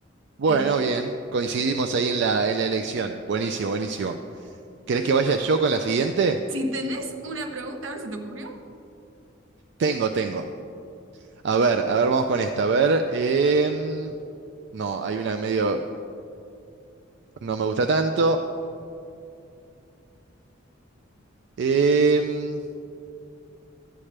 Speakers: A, on the right; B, on the right.
A: Bueno,
B: Eh,
A: bien, coincidimos ahí en la, en la elección. Buenísimo, buenísimo. ¿Querés que vaya yo con la siguiente?
B: si tenés una pregunta, a ver, ¿se te ocurrió?
A: Tengo, tengo. A ver, a ver, vamos con esta. A ver, em, no, hay una medio, no me gusta tanto. Em,